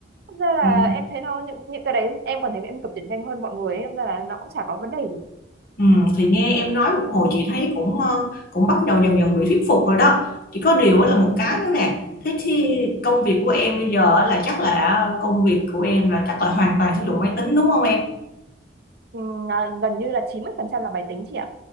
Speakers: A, on the right (about 55°); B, on the left (about 50°).
A: Thật ra là
B: ừ.
A: em thấy nó những những cái đấy em còn thấy em cập nhật nhanh hơn mọi người ấy. Thật ra là nó cũng chả có vấn đề gì
B: Ừ, thì nghe em nói một hồi chị thấy cũng ờ, cũng bắt đầu dần dần bị thuyết phục rồi đó chỉ có điều á là một cái nữa nè thế thì công việc của em bây giờ á là chắc là công việc của em là chắc là hoàn toàn sử dụng máy tính đúng không em
A: Ừm, à, gần như là 90% là máy tính chị ạ